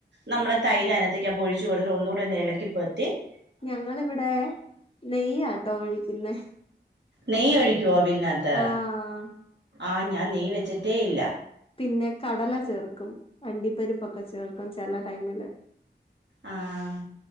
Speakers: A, on the right; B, on the left.
A: നമ്മള് തൈര് അയിനാത്തേക്ക് അപ്പൊ ഒഴിച്ച് കൊടുത്ത് ഒന്നുകൂടെ ഒന്ന് ഇളക്കി പൊത്തി -
B: ഞങ്ങളിവിടെ നെയ്യാട്ടോ ഒഴിക്കുന്നെ
A: നെയ്യ് ഒഴിക്കുവോ അവിയൽനാത്ത്
B: ആഹ്
A: ആ ഞാൻ നെയ്യ് വെച്ചിട്ടേ ഇല്ല
B: പിന്നെ കടല ചേർക്കും അണ്ടിപ്പരിപ്പൊക്കെ ചേർക്കും ചെല ടൈമില്
A: ആഹ്